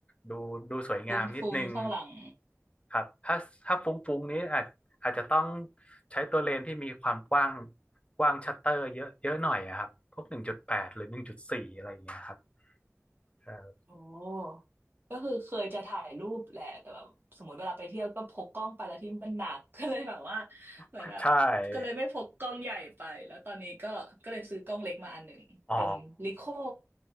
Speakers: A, on the left (about 20°); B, on the right (about 40°).
A: ดูดูสวยงามนิดนึง
B: ฟุ้งๆข้างหลัง
A: ครับถ้าถ้าฟุ้งๆนี้อาจอาจจะต้องใช้ตัวเลนส์ที่มีความกว้างกว้างชัตเตอร์เยอะเยอะหน่อยอะครับพวกหนึ่งจุดแปดหรือหนึ่งจุดสี่อะไรอย่างเงี้ยครับเออ
B: โอ้ก็คือเคยจะถ่ายรูปแหละแต่แบบสมมติเวลาไปเที่ยวก็พกกล้องไปแล้วที่มันหนัก <laughs> ก็เลยแบบว่าเหมือนแบบก็เลยไม่พกกล้องใหญ่ไปแล้วตอนนี้ก็ก็เลยซื้อกล้องเล็กมาอันหนึ่งเป็น
A: ใช่อ๋อ
B: Leica